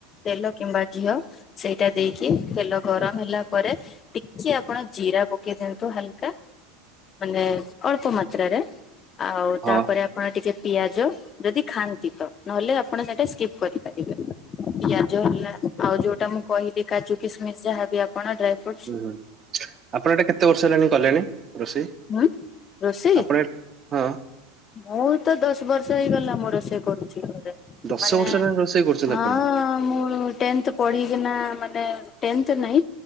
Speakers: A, on the left; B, on the right.
A: ତେଲ କିମ୍ବା ଘିଅ ସେଇଟା ଦେଇକି ତେଲ ଗରମ ହେଲା ପରେ। ଟିକେ ଆପଣ ଜିରା ପକେଇ ଦିଅନ୍ତୁ ହାଲକା ମାନେ ଅଳ୍ପ ମାତ୍ରାରେ। ଆଉ
B: ହଁ
A: ତାପରେ ଆପଣ ଟିକେ ପିଆଜ ଯଦି ଖାଆନ୍ତି ତ ନହେଲେ ଆପଣ ସେଟା ସ୍କିପ୍ କରିପାରିବେ। ପିଆଜ ହେଲା ଆଉ ଯୋଉଟା ମୁଁ କହିଲି କାଜୁ, କିସମିସ ଯାହାବି ଆପଣ ଡ୍ରାଏ ଫ୍ରୁଟ୍ସ।
B: ହୁଁ ହୁଁ ଆପଣ ଏଟା କେତେ ବର୍ଷ ହେଲାଣି କଲେଣି ରୋଷେଇ?
A: ହୁଁ ରୋଷେଇ
B: ଆପଣ ହଁ।
A: ମୁଁ ତ ଦଶ ବର୍ଷ ହେଇଗଲା ମୁଁ ରୋସେଇ କରୁଛି ଘରେ।
B: ଦଶ
A: ମାନେ
B: ବର୍ଷ ହେଲାଣି ରୋଷେଇ କରୁଛନ୍ତି
A: ହଁ
B: ଆପଣ
A: ମୁଁ ଟେନ୍ଥ। ପଢିକିନା ମାନେ ଟେନ୍ଥ ନାଇ